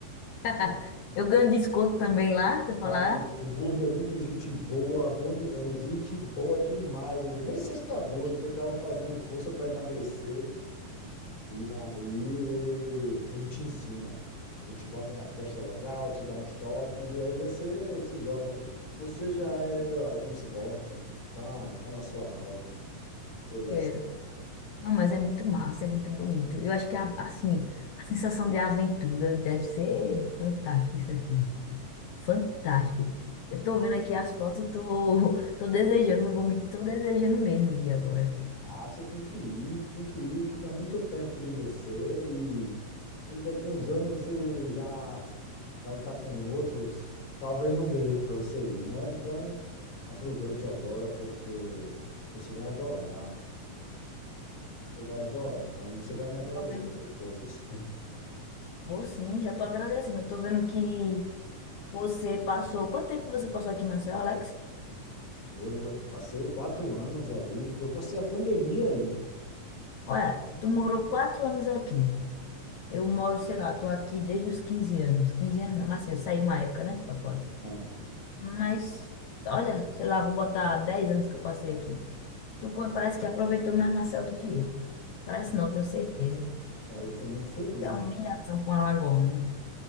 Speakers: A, on the left (about 65°); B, on the left (about 85°).
A: <laughs> Eu ganho desconto também lá, se eu falar,
B: Ah, o gordo é muito gente boa, bom de- é gente boa demais. O gordo. Nem sei se está gordo, que ele estava fazendo força para emagrecer. E aí ele, ele te ensina. Ele te bota na prancha legal, te dá uns toques, e aí você se joga. Você já é da, do esporte, tá, tá na sua alma. Você vai.
A: quero.
B: se-
A: Não, mas é muito massa, é muito bonito. Eu acho que, a- assim, a sensação de aventura deve ser fantástica isso aqui. Fantástico. Eu tô vendo aqui as fotos e tô, <laughs> tô desejando, não vou mentir, tô desejando mesmo ir agora.
B: Ah, você tem que ir, tem que ir, que está muito perto de você e, e daqui a uns anos você já vai estar com outros, talvez não dê para você ir, né? Então, aproveite agora porque você vai adorar, você vai adorar e você vai me agradecer
A: Eu tô vendo
B: depois.
A: que vou sim, já tô agradecendo. Eu tô vendo que você passou. Quanto tempo você passou aqui, em Maceió, Alex?
B: Eu mo- passei quatro anos aí, eu passei a pandemia aí,
A: Olha, tu morou quatro anos aqui. Eu moro, sei lá, tô aqui desde os 15 anos. 15 anos não, mas assim, saí uma época, né, pra fora.
B: né?
A: Mas, olha, sei lá, vou botar 10 anos que eu passei aqui. Tu co- parece que aproveitou mais Maceió do que eu. Parece não, tenho certeza.
B: Só eu fui muito feliz,
A: É
B: mas
A: uma humilhação para uma lagoana.